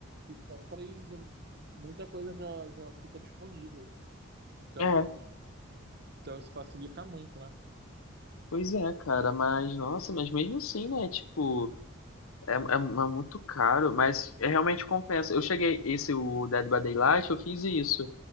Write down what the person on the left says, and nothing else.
É,
pois é, cara, mas nossa, mas mesmo assim, né? Tipo, é, é, é muito caro, mas é realmente compensa. Eu cheguei, esse, o Dead by Daylight, eu fiz isso.